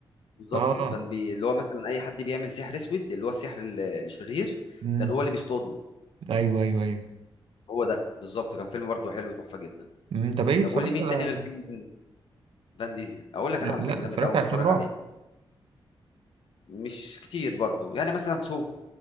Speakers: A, on the left; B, on the right.
A: بالظبط
B: اه
A: وكان بي... اللي هو مثلا اي حد بيعمل سحر اسود اللي هو السحر ال- الشرير
B: امم
A: كان هو اللي بيصطاده
B: ايوه ايوه ايوه
A: هو ده بالظبط كان فيلم برضو حلو تحفه جدا
B: امم طب ايه
A: طب
B: اتفرجت
A: قول لي مين
B: على
A: تاني غير فيلم فان ديزل اقول لك
B: لا
A: انا على فيلم جامد
B: اتفرجت
A: قوي
B: على
A: متفرج
B: افلام رعب
A: عليه مش كتير برضو يعني مثلا سو